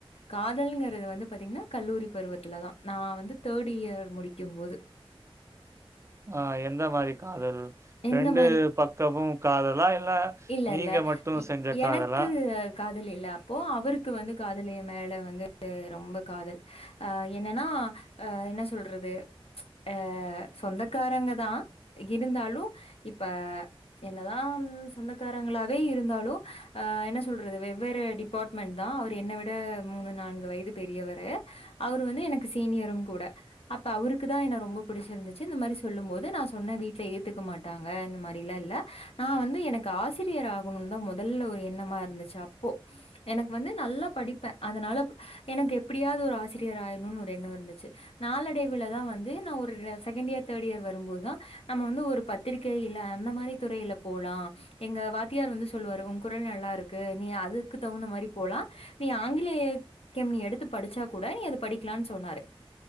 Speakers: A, on the left (about 75°); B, on the right (about 30°).
A: காதலங்க வந்து பாத்தீங்கன்னா கல்லூரி பருவத்துிலதான் நான் வந்து தேர்ட் இயர் முடிக்கும்பது
B: ஆஹ் எந்த மாதிரி காதல்
A: எந்த
B: ரெண்டு
A: மாதிரி
B: பக்கமு காதலா இல்ல
A: இல்ல
B: நீங்க
A: இல்ல
B: மட்டு செஞ்ச
A: எனக்கு
B: காதலா
A: காதல் இல்ல அப்போ அவருக்கு வந்து காதலிய மேல வந்து ரொம்ப காதல் அஹ் என்னன்னா அஹ் என்ன சொல்றது அஹ் சொந்தக்காரங்க தான் இருந்தாலும் இப்ப என்னதான் சொந்தக்காரங்களாவே இருந்தாலும் அஹ் என்ன சொல்றது வெவ்வேறு டிபார்ட்மெண்ட் தான் அவர் என்னை விட மூணு நான்கு வயது பெரியவரு அவர் வந்து எனக்கு சீனியரும் கூட அப்ப அவருக்கு தான் என ரொம்ப பிடிச்சிருந்துச்சு இந்த மாதிரி சொல்லும் போோது நான் சொன்ன வீடல ஏத்துக்க மாட்டேன் மா இல்ல நான் வந்து எனக்கு ஆசிரியர் ஆகணும்னு தான் முதல்ல ஒரு எண்ணமா இருந்துச்சு அப்போ எனக்கு வந்து நல்லா படிப்பே அதனால எனக்கு எப்படியாவது ஒரு ஆசிரியர் ஆகணும்னு ஒரு எண்ணம் இருந்துச்சு நாளடைவுலதான் வந்து நான் ஒரு செகண்ட் இயர் தேர்ட் இயர் வரும்போதுதான் நம்ம வந்து ஒருத்து த்திகை இல்ல அந்த மாதிரி துறையில போலாம் எங்க வாத்தியார் வந்து சொல்லுவாரு உங்க குரல் நல்லா இருக்கு நீ அதுக்கு தகுந்த மாதிரி போலாம் நீ ஆங்கிலேயக்கம் நீ எடுத்து படிச்சா கூட நீது படிக்கலாம்னு சொன்னாரு